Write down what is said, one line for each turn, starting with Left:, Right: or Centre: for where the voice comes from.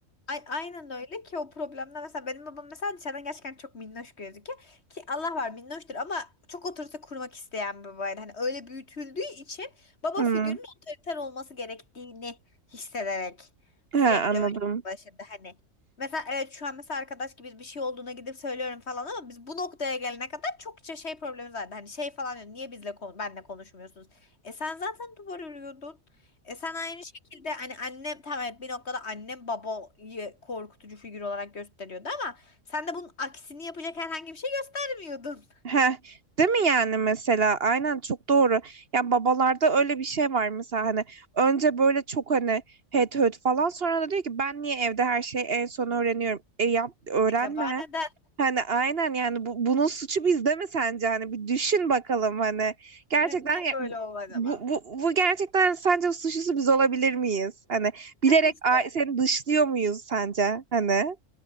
Left: Ay- aynen öyle ki o problemler mesela benim babam mesela dışarıdan gerçekten çok minnoş gözüküyor ki Allah var minnoştur ama çok otorite kurmak isteyen bir babaydı. Hani öyle büyütüldüğü için baba
Right: Hmm.
Left: figürünün otoriter olması gerektiğini hissederek sürekli
Right: Ha, anladım.
Left: öyle başladı hani. Mesela evet şu an mesela arkadaş gibi bir şey olduğuna gidip söylüyorum falan ama biz bu noktaya gelene kadar çokça şey problemi vardı. Hani şey falan diyor niye bizle kon benle konuşmuyorsunuz? E sen zaten duvar örüyordun. E sen aynı şekilde hani annem tamam evet bir noktada annem babayı korkutucu figür olarak gösteriyordu ama sen de bunun aksini yapacak herhangi bir şey göstermiyordun.
Right: Heh, değil mi yani mesela aynen çok doğru. Ya babalarda öyle bir şey var mesela hani önce böyle çok hani het höt falan sonra da diyor ki ben niye evde her şeyi en son öğreniyorum. E yap öğrenme.
Left: <laughs> Acaba neden?
Right: Hani aynen yani bu, bunun suçu bizde mi sence hani bir düşün bakalım hani gerçekten
Left: Niye
Right: ya-
Left: böyle oldu acaba?
Right: bu, bu, bu gerçekten sence suçlusu biz olabilir miyiz? Hani bilerek
Left: Ha işte.
Right: a- seni dışlıyor muyuz sence hani?